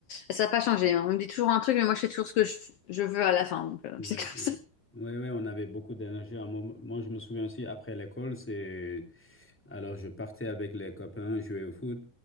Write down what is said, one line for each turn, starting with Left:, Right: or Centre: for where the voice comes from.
Left: ça n'a pas changé. hein. On me dit toujours un truc, mais moi, je fais toujours ce que je, je veux à la fin. Donc, euh,
Centre: Ouais,
Left: <laughs> c'est comme
Centre: ouais.
Left: ça.
Centre: Ouais, ouais, on avait beaucoup d'énergie. Un moment- Moi, je me souviens aussi, après l'école, c'est... Alors, je partais avec les copains jouer au foot